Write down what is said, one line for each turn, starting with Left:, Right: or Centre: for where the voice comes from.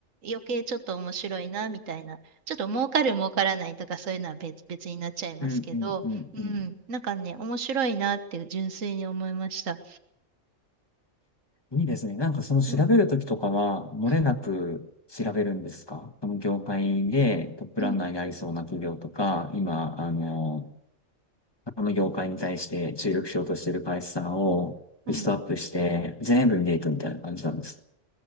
Right: 余計ちょっと面白いなみたいな。ちょっと儲かる儲からないとかそういうのは別、別になっちゃいますけど、
Left: うん、うん、うん、
Right: うん、
Left: うん。
Right: なんかね、面白いなって純粋に思いました。
Left: いいですね。なんかその調べるときとかは、
Right: うん、
Left: 漏れなく調べるんですかこの業界でトップランナーになりそうな企業とか、
Right: うん、うん、
Left: 今、あの、この業界に対して注力しようとしている会社さんをリストアップして、
Right: うん。
Left: 全部見ていくみたいな感じなんです。